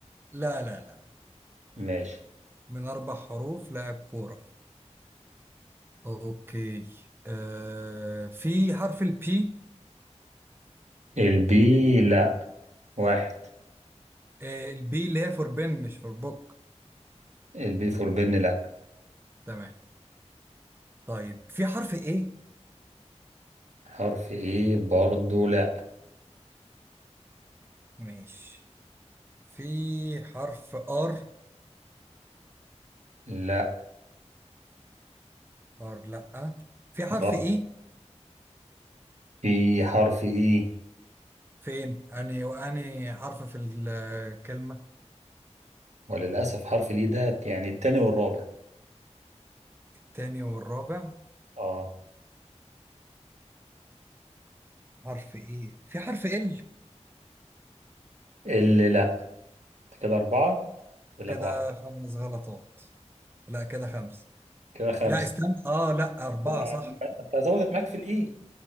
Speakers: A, on the right (about 20°); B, on the right (about 75°).
A: لا لا لا
B: ماشي
A: من اربع حروف لاعب كوره اوكي آه في حرف البي
B: البي لا واحد
A: آه البي اللي هي فور بن مش فور بوك
B: البي فور بن لا
A: تمام طيب في حرف ايه
B: حرف إيه برضو لا
A: ماشي في حرف ار
B: لا
A: حار لا في حرف
B: غلط
A: اي
B: في حرف إيه
A: فين اني واني حرف في الكلمة
B: وللأسف حرف الإيه ده يعني التاني والرابع
A: التاني والرابع
B: اه
A: حرف اي في حرف ال
B: اللي لا كده أربعة يقول
A: كده
B: لك واحد
A: خمس غلطات لا كده خمس
B: كده خمسة
A: لا استنى اه لا أربعة
B: آه،
A: صح
B: أنت ظبطت معاك في الإيه